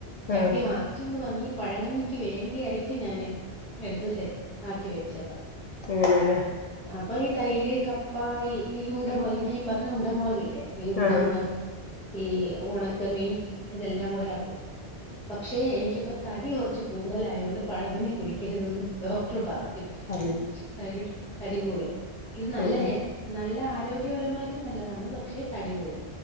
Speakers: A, in the centre; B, on the left (about 60°).
A: ചട്ടി
B: ആഹ്
A: വാങ്ങിച്ചോണ്ട് വന്ന് ഈ പഴകഞ്ഞിക്ക് വേണ്ടിയായിട്ട് ഞാന് എടുത്ത് സെറ്റ് ആക്കി വെച്ചതാ
B: അങ്ങനെലെ
A: അപ്പൊ ഈ തൈര് കപ്പ ഈ ഈ ഉണ്ട മോള്ക് ഞാനി പറഞ്ഞ ഉണ്ടമൊളക് ല്ലേ ഈ ഉണ്ടമുളക്
B: ആഹ്
A: ഈ ഒണക്കമീൻ ഇതെല്ലാം കൂടെ ആക്കും പക്ഷേ എനിക്കിപ്പം തടി കൊറച്ച് കൂടുതലയൊണ്ട് പഴകഞ്ഞി കുടിക്കരുതന്ന് ഡോക്ടർ പറഞ്ഞു
B: പറഞ്ഞു
A: തടി തടികൂടും ഇത് നല്ല
B: ഉം
A: ഹെ നല്ല ആരോഗ്യപരമായിട്ട് നല്ലതാണ് പക്ഷെ തടികൂടും